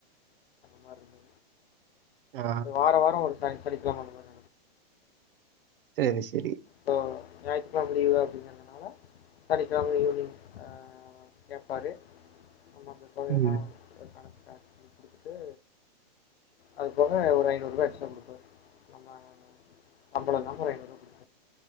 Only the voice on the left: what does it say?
மருந்து
வாரோ வாரோ ஒரு சனி சனிக்கெழம அந்த மாரி
சோ ஞாயித்து கெழம லீவு அப்டீன்கனுதுனால சனிக்கெழம ஈவினிங் அ ஆ கேப்பாரு நம்ம அந்த கோவையெல்லா
கணக்கு காட்டி குடுத்துட்டு அது போக ஒரு ஐநூறு ரூபா எக்ஸ்ட்ரா குடுப்பாரு. ஆமா அ சம்பலோ இல்லாம ஒரு ஐநூறுபா குடு